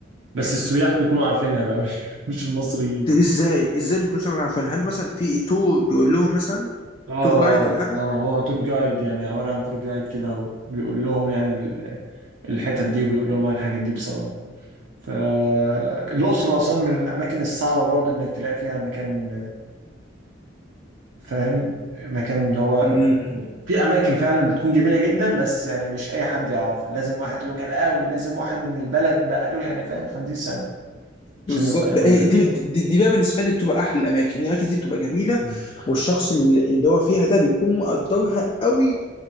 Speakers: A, on the right; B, on the left.
A: بس السياح بيكونوا عارفينها بقى مش مش المصريين
B: طب ازاي ازاي ما يكونوش عارفينها هل مثلا في تور بيقول لهم مثلا
A: اه
B: تور جايد ولا
A: اه <laughs> هو تور جايد يعني عباره عن تور جايد كده هو بيقول لهم يعني ال- الحتت دي وبيقول لهم على الحاجات دي بصراحه فالاقصر واسوان من الاماكن الصعبه برضه انك تلاقي فيها مكان فاهم مكان اللي هو
B: حاجه
A: يعني في اماكن فعلا بتكون جميله جدا بس يعني مش اي حد يعرفها لازم واحد لوكال قوي لازم واحد من البلد بقاله يعني فاهم 50 سنه
B: بالظبط
A: عشان يبقى يقول
B: إيه
A: لك
B: دي,
A: يعني
B: دي دي بقى بالنسبه لي بتبقى احلى الاماكن يعني الاماكن دي بتبقى جميله
A: مم.
B: والشخص اللي اللي هو فيها ده بيكون مقدرها قوي